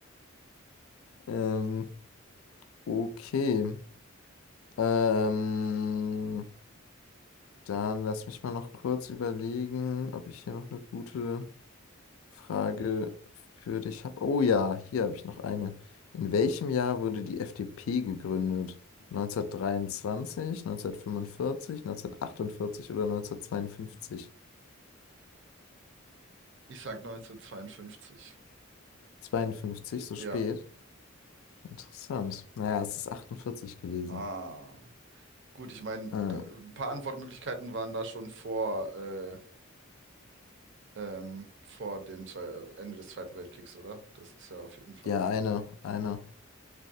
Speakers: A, on the left; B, on the right.
A: Ähm, okay. Ähm, dann lass mich mal noch kurz überlegen, ob ich hier noch eine gute Frage für dich habe. Oh ja, hier habe ich noch eine. In welchem Jahr wurde die FDP gegründet? 1923, 1945, 1948 oder 1952?
B: Ich sag 1952.
A: Zweiundfünfzig? so spät?
B: Ja.
A: Interessant. Naja, es ist 48 gewesen.
B: Ah. Gut, ich meine,
A: Äh,
B: ein paar Antwortmöglichkeiten waren da schon vor, äh, ähm, vor dem Zwe Ende des Zweiten Weltkriegs, oder? Das ist ja auf jeden Fall.
A: ja, eine, eine,